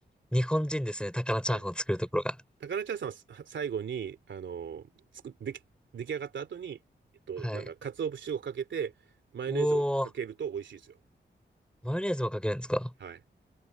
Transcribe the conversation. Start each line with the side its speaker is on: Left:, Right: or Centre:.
Centre: 日本人ですね。高菜チャーハンを作るところが。
Right: はい。高菜チャーハンはさ最後に、あの、作でき、出来上がった後に、えっと、
Centre: はい。
Right: なんだ、鰹節をかけて、マヨネーズをかけると美味しいですよ。
Centre: うおー、マヨネーズもかけるんですか
Right: はい。